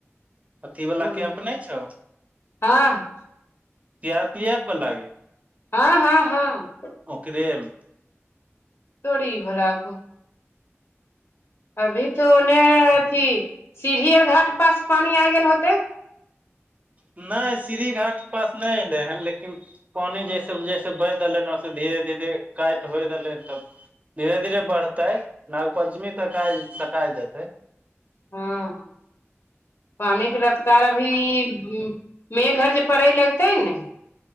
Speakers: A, on the right; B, on the left.
A: अथी वला
B: तोरी
A: केम्प नहि छौ
B: हँ
A: टीआर पीएफ वाला गे
B: हँ हँ हँ
A: ओकरेम
B: तोरी भलाकऽ अभी तो ओने अथी सीढ़ी और घाट पास पानी आ गेल होतै
A: नहि स्रीढ़ी घाट पास नई एलै हैन लेकिन पानि जैसे जैसे बहि देलै ने ओ धीरे धीरे काटि होइ देलै तब धीरे धीरे बढ़तै नाग पंचमी तक सटाय जेतै
B: हँ पानी के रफ्तार, अभी मेघ आर जे पड़ऽ लगतै ने।